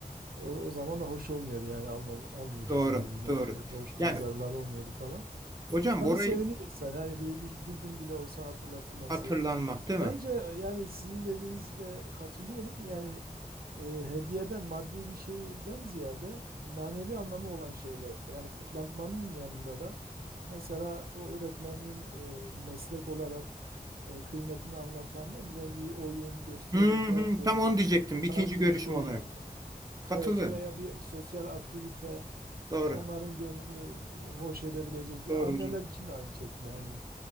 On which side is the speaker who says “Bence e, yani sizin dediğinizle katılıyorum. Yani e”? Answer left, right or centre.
Right